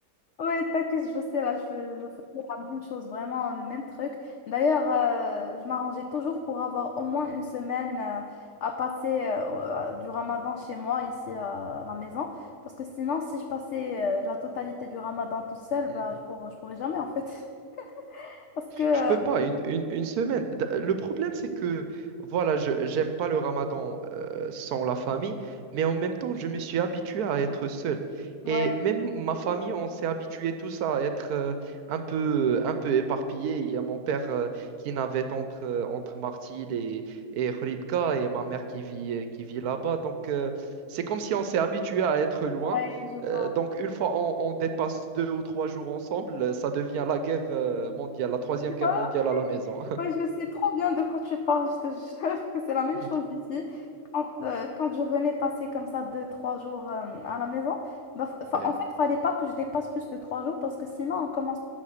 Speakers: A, on the left (about 80°); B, on the right (about 70°).
A: Oui, t'inquiète, je sais, là, je, fais- je faisais la même chose, vraiment le même truc. D'ailleurs, euh, je m'arrangeais toujours pour avoir au moins une semaine euh, à passer euh, au- à- du Ramadan chez moi, ici à la maison. Parce que sinon, si je passais euh, la totalité du Ramadan toute seule,
B: <laughs>
A: bah, je pourrais, je pourrais jamais, en fait. <laughs> Parce que, euh,
B: Je peux pas, une, une, une semaine. D- euh, Le problème, c'est que, voilà, je j'aime pas le ramadan euh, sans la famille, mais en même temps, je me suis habitué à être seul.
A: ouais,
B: Et même ma famille, on s'est habitué tous à être euh, un peu, un peu éparpillés. Il y a mon père euh, qui navette entre, euh, entre Martil et, et Khouribga, et ma mère qui vit, qui vit là-bas. Donc, euh, c'est comme si on s'est habitué à être loin.
A: ouais, je vois.
B: Euh, donc, une fois on, on dépasse deux ou trois jours ensemble, euh, ça devient la guerre euh, mondiale, la troisième
A: <laughs>
B: guerre mondiale à la maison.
A: Oui, je sais trop bien de quoi tu parles. Je te jure que c'est la même
B: <laughs>
A: chose ici. Quand, euh, quand je venais passer comme ça deux, trois jours euh, à la maison, bah, fa- fa-
B: Ouais.
A: en fait, il fallait pas que je dépasse plus de trois jours parce que sinon, on commence